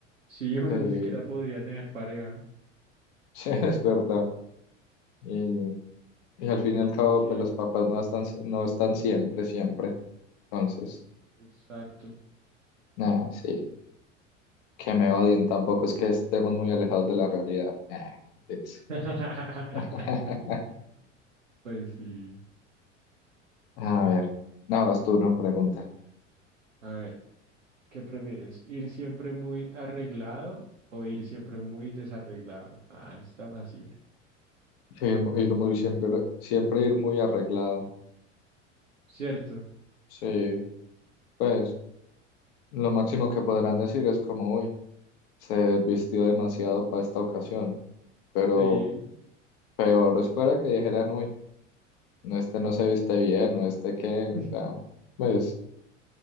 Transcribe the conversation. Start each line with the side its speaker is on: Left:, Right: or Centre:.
Right: Sí, <laughs> uno
Left: Sí,
Right: ni siquiera podría tener pareja.
Left: <laughs> sí, es verdad. Y Y al fin y al cabo,
Right: Sí,
Left: pues
Right: es.
Left: los papás no están, no están siempre, siempre. Entonces,
Right: Exacto.
Left: nada, sí, que me odien, tampoco es que estemos muy alejados de la realidad. Nah, mentiras.
Right: <laughs>
Left: <laughs>
Right: Pues sí.
Left: A ver, nada, vas tú, ¿no? Pregunta.
Right: A ver, ¿qué prefieres? ¿Ir siempre muy arreglado o ir siempre muy desarreglado? Ah, está fácil.
Left: Sí, mu- ir muy siempre, siempre ir muy arreglado.
Right: ¿Cierto?
Left: Sí, pues lo máximo que podrán decir es como, uy, se vistió demasiado para esta ocasión, pero
Right: Sí.
Left: peor es fuera que dijeran, uy, no, este no se viste bien, o este qué,
Right: <laughs>
Left: o sea, pues.